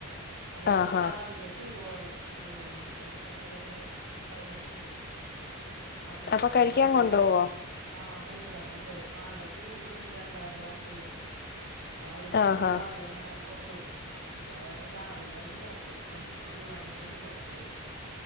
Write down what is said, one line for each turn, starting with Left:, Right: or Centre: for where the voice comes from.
Right: അപ്പ ഈ പറഞ്ഞപോലെ
Left: ആഹാ
Right: രാവിലെ പൂവു ആള് ഏഴ് മണി ഏഴര ഒക്കെയാവുമ്പോ പോവും. അപ്പഴത്തീനും
Left: അപ്പൊ കഴിക്കാൻ
Right: ആൾക്ക്
Left: കൊണ്ടുപോവോ
Right: ആഹ് കഴിക്കാൻ കൊണ്ടോവും ആൾടെ കൂടെ ഇണ്ട് രണ്ടാള് വർക്കെയ്യണതേ അവരുകൊള്ളതും
Left: ആഹാ
Right: ആളെന്നെ കൊണ്ടോവും അപ്പോ അത് കാരണം രാവിലെ അത്ണ്ടാ ക്കും ആൾക്ക് കൊണ്ടു പോകാനും കഴിക്കാനൊക്കെ ആയിട്ടേ